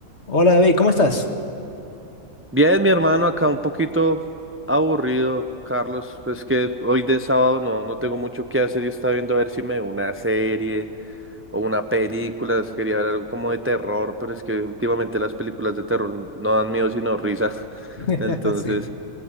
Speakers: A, on the left; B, on the right.
A: Hola David, ¿cómo estás?
B: Bien, mi hermano, acá un poquito aburrido, Carlos, pues que hoy de sábado no, no tengo mucho que hacer y estaba viendo a ver si me veo una serie o una película, es- quería ver algo como de terror, pero es que últimamente las películas de terror no dan miedo sino risas, <laughs>
A: <laughs>
B: entonces
A: Sí.